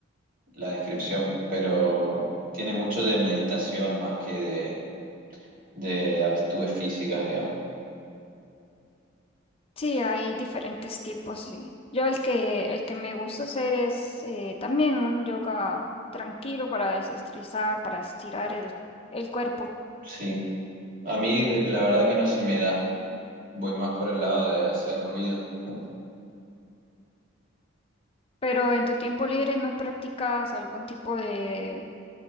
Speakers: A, on the right (about 45°); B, on the left (about 30°).
A: la descripción, pero tiene mucho de meditación más que de, de aptitudes físicas, digamos.
B: Sí, hay diferentes tipos. sí. Yo el que, el que me gusta hacer es eh, también un yoga tranquilo para desestresar, para estirar el, el cuerpo.
A: Sí, a mí de- la verdad que no se me da. Voy más por el lado de hacer ruido. <laughs>
B: Pero en tu tiempo libre no practicas algún tipo de...